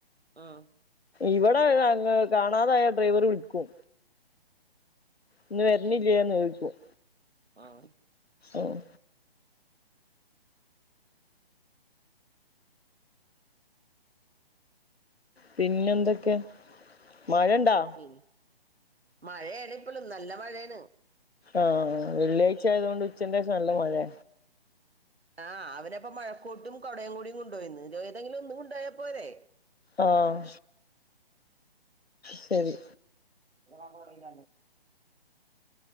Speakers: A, on the right; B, on the left.
A: ആഹ്
B: ഇവിടെങ്ങ് കാണാതായ ഡ്രൈവർ വിളിക്കും. ഇന്ന് വരുന്നില്ലേന്ന് ചോദിക്കും.
A: ആഹ്-
B: ആഹ് പിന്നെന്തൊക്കെ? മഴണ്ടൊ?
A: എ മഴേണിപ്പളും നല്ല മഴേണ്.
B: ആഹ് വെള്ളിയാഴ്ച്ചായതുകൊണ്ട് ഉച്ചന്റേഷം നല്ല മഴെ.
A: ആ അവനപ്പം മഴക്കോട്ടും കൂടയും കൂടി കൊണ്ട്പോയീന്ന് ഏതെങ്കിലും ഒന്നു കൊണ്ടു പോയാപോരെ?
B: ആഹ് ശരി.
A: അ പറല്ല